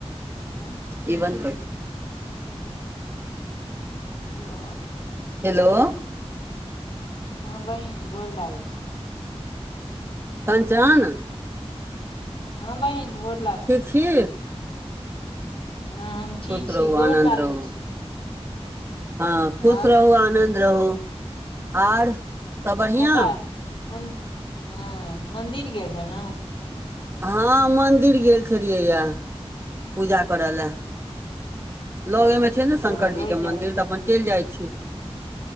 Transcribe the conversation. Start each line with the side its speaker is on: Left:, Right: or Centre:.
Left: Hello
Right: ई वन पर।
Left: Hello
Right: hello.
Left: हँ, बहिन गोर लागै छी।
Right: कंचन?
Left: हँ बहिन गोर
Right: ठीक छी?
Left: हँ हम ठीक
Right: खुश
Left: छी,
Right: रहू
Left: गोर
Right: आनन्द
Left: लागै
Right: रहू
Left: छी।
Right: हँ खुश
Left: आओर
Right: रहू, आनन्द रहू आर सब बढ़िआँ
Left: कत मन हँ मन्दिर गेल छलौं?
Right: हँ, मन्दिर गेल छलियैये। पूजा कर ले, लगे में छै न
Left: हँ,
Right: शंकरजी
Left: रोज
Right: के
Left: जा
Right: मन्दिर तऽ अपन चैल जाइ छी।